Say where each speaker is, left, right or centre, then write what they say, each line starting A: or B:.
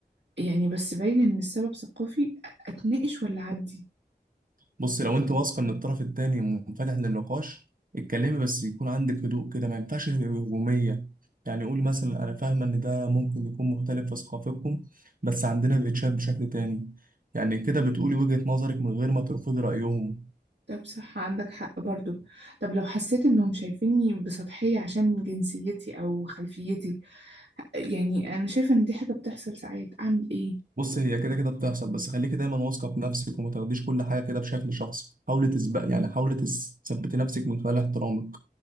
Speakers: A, on the right; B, on the right.
A: يعني بس باين ان السبب ثقافي اتناقش ولا عدي
B: بص لو أنت واثقة إن الطرف التاني منفتح للنقاش اتكلمي بس يكون عندك هدوء كده ما ينفعش تبقي هجومية يعني قولي مثلا أنا فاهمة إن ده ممكن يكون مختلف في ثقافتكم بس عندنا بيتشاف بشكل تاني يعني كده بتقولي وجهة نظرك من غير ما ترفضي رأيهم
A: طب صح عندك حق برضو طب لو حسيت انهم شايفيني بسطحية عشان جنسيتي او خلفيتي يعني انا شايفة ان دي حاجة بتحصل ساعات اعمل ايه
B: بص هي كده كده بتحصل بس خليكي دايما واثقه في نفسك وما تاخديش كل حاجه كده بشكل شخصي حاولي تسبق يعني حاولي تس- تثبتي نفسك من خلال احترامك